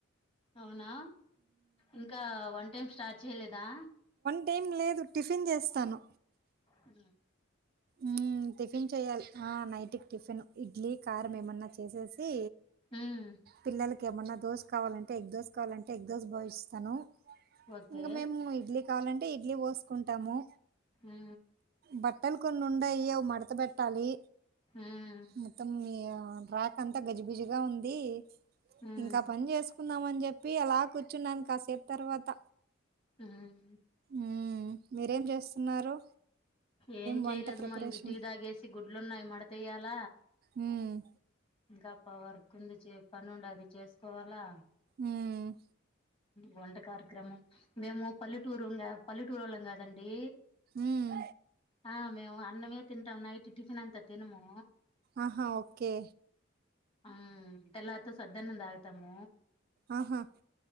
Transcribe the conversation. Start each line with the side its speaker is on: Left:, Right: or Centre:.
Left: అవునా ఇంకా వంట ఏం స్టార్ట్ చేయలేదా
Right: టైం లేదు టిఫిన్ చేస్తాను
Left: ఆ
Right: ఉ టిఫిన్ చేయాలి ఆ నైట్కి టిఫిన్ ఇడ్లీ కారం ఏమన్నా చేసేసి
Left: ఉమ్
Right: పిల్లలకి ఏమన్నా దోశ కావాలంటే ఎగ్ దోశ కావాలంటే ఎగ్ దోశ విస్తాను
Left: ఓకే
Right: ఇంకా మేము ఇడ్లీ కావాలంటే ఇడ్లీ పోసుకుంటాము
Left: ఆ
Right: బట్టలు కొన్ని ఉండయి అవి మడత పెట్టాలి
Left: ఉమ్
Right: మొత్తం ఆ ట్రాక్ అంతా గజిబిజిగా ఉంది
Left: ఉమ్
Right: ఇంకా పని చేసుకుందామని చెప్పి అలా కూర్చున్నాను కాసేపు తర్వాత
Left: ఉమ్
Right: ఉమ్ మీరేం చేస్తున్నారు
Left: ఏం
Right: వంట
Left: చేయలేదమ్మా
Right: ప్రిపరేషన్
Left: ఇంక టీ తాగేసి గుడ్లున్నాయి మడతయ్యాల
Right: ఉమ్
Left: ఇంకా ప వర్కు ఉంది పని ఉండది చేసుకోవాలా
Right: ఉమ్
Left: వంట కార్యక్రమం మేము పల్లెటూరు పల్లెటూరు వాళ్ళం కాదండి
Right: ఊమ్
Left: ఆ మేము అన్నమే తింటాం నైట్ టిఫిన్ అంతా తిినము
Right: ఆహా ఓకే
Left: ఆ తెల్లారితే సద్దన్నము తాగుతాము
Right: ఆహా